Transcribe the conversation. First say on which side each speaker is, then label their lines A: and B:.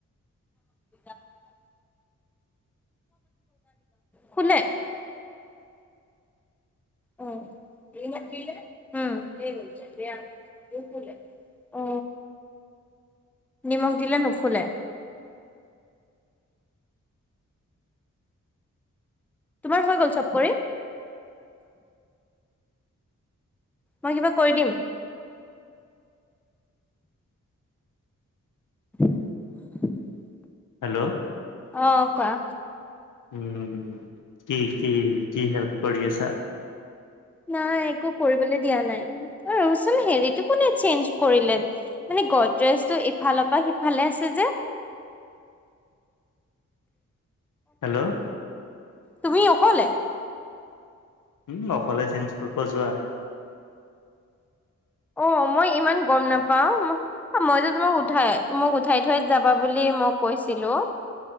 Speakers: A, in the centre; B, on the left.
A: <unintelligible> শুলে উম সি মোক দিলে উম তেতিয়া নোশুলে অ নিমখ দিলে নুফুলে তোমাৰ হৈ গ'ল চব কৰি মই কিবা কৰি দিম <unintelligible>
B: হেল্ল'
A: অ কোৱা
B: উম কি কি কি হেল্প কৰি আছা?
A: নাই একো কৰিবলে দিয়া নাই ৰ চোন হেৰিটো কোনে চেঞ্জ কৰিলে মানে গডৰেজটো ইফালৰ পৰা সিফালে আছে যে
B: হেল্ল'
A: তুমি অকলে?
B: উম অকলে চেঞ্জ কৰিব যোৱা
A: অ মই ইমান গম নাপাওঁ ম অ মইতো তোমাক উঠাই মোক উঠাই থৈ যাবা বুলি মই কৈছিলোঁ